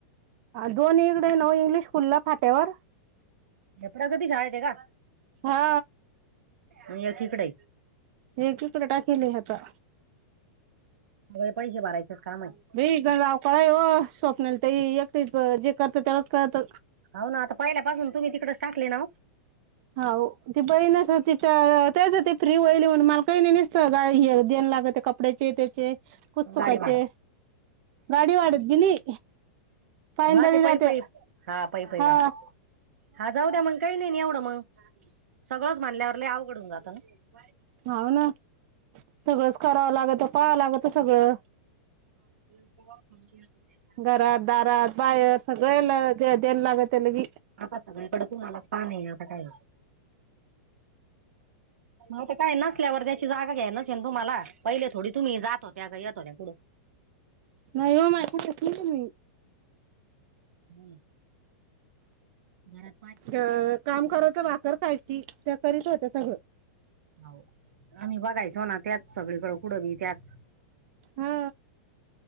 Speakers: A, on the right (about 45°); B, on the right (about 85°).
A: दोन इकडे नऊ इंग्लिश स्कूलला फाट्यावर
B: जपडा कधी झााळ ते का
A: हा
B: मग एकीकडे
A: एक कीकडे टाकेली हता
B: पैसे भरायचेच काम आहे
A: भीण राव क आहे हो स्वप्नाला त एकटेच जे करत त्यालाच कळत
B: हो ना आता पहिल्यापासून तुम्ही तिकडेच टाकले ना
A: हो ती बहीणस तिच्या तेच ते फ्री वईली म्हणून मला काही नाही नसत देयन लागत ते कप कपड्याचे त्याचे पुस्तुकाचे
B: गाडी भाडं
A: गाडी वाढत बी नाही पायंदळी
B: हा ते
A: जाते
B: पै पै हा पै पै
A: हा
B: जाते हा जाऊ द्या मंग काही नाही नाही एवढं मग सगळंच मानल्यावर ल अवघडून जातं ना
A: हव ना सगळंच करावं लागत पाहावं लागत सगळं
B: हो ब ब
A: घरात दारात बाहेर सगळे द्यायला लागत त्या ली
B: आता सगळीकडे तुम्हालाच पाह नाही आहे आता काय म ते काय नसल्यावर त्याची जागा घ्या नच येन तुम्हाला पहिले थोडी तुम्ही जातो त्याकडे येतो त्याकडून
A: नाही हो मालही
B: हम हम
A: अ काम करत वाकरर खायची त्या करीत होत्या सगळं
B: हो आणिम्ही बघायचो ना त्याच सगळीकडें उडवी त्याच
A: हा